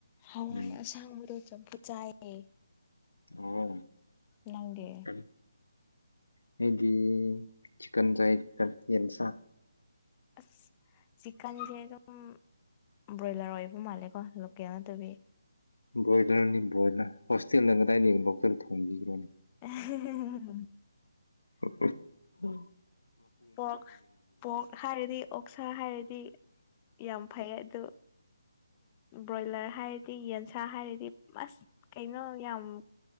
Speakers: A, on the left; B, on the left.
A: ꯍꯋꯥꯏ
B: ꯎꯝ
A: ꯑꯁꯥꯡꯕꯗꯣ ꯆꯝꯐꯨꯠ ꯆꯥꯏ ꯑꯦ
B: ꯑꯣꯑꯣꯡ
A: ꯅꯪꯗꯤ
B: ꯎꯪ ꯑꯩꯗꯤꯏ ꯆꯤꯛꯀꯟ ꯆꯥꯏꯌꯦ ꯌꯦꯟꯁꯥ
A: ꯑꯥꯁ ꯆꯤꯛꯀꯟꯖꯦ ꯑꯗꯨꯝ ꯕ꯭ꯔꯣꯏꯂꯔ ꯑꯣꯏꯕ ꯃꯥꯜꯂꯦꯀꯣ ꯂꯣꯀꯦꯜ ꯅꯠꯇꯕꯤ
B: ꯕ꯭ꯔꯣꯏꯂꯔꯅꯤ ꯕ꯭ꯔꯣꯏꯂꯔ ꯍꯣꯁꯇꯦꯜꯗ ꯀꯗꯥꯏꯗꯒꯤ ꯂꯣꯛꯀꯦꯜ ꯊꯣꯡꯕꯤꯒ꯭ꯔꯅꯦ
A: ꯑꯍꯦ ꯍꯦ ꯍꯣꯏ
B: INAUDIBLE
A: ꯄꯣꯛ ꯄꯣꯛ ꯍꯥꯏꯔꯗꯤ ꯑꯣꯛꯁꯥ ꯍꯥꯏꯔꯗꯤ ꯌꯥꯝ ꯐꯩꯌꯦ ꯑꯗꯨ ꯕ꯭ꯔꯣꯏꯂꯔ ꯍꯥꯏꯔꯗꯤ ꯌꯦꯟꯁꯥ ꯍꯥꯏꯔꯗꯤ ꯃꯁ ꯀꯩꯅꯣ ꯌꯥꯝ